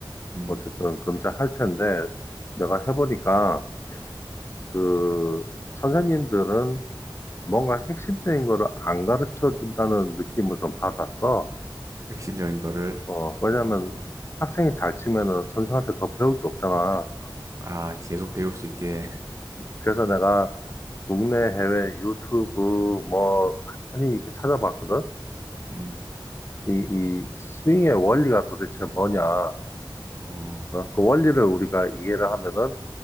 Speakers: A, on the right; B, on the left.
A: 음,
B: 어쨌든 금잘 할 텐데 내가 해보니까 그 선생님들은 뭔가 핵심적인 거를 안 가르쳐 준다는 느낌을 좀 받았어.
A: 핵심적인 거를
B: 어, 왜냐면
A: 어,
B: 학생이 잘 치면은 선생한테 더 배울 게 없잖아.
A: 아 계속 배울 수 있게 <laughs>
B: 그래서 내가 국내 해외 유튜브 뭐 많이 이렇게 찾아봤거든.
A: 음,
B: 이, 이 스윙의 원리가 도대체 뭐냐.
A: 어,
B: 어, 그 원리를 우리가 이해를 하면은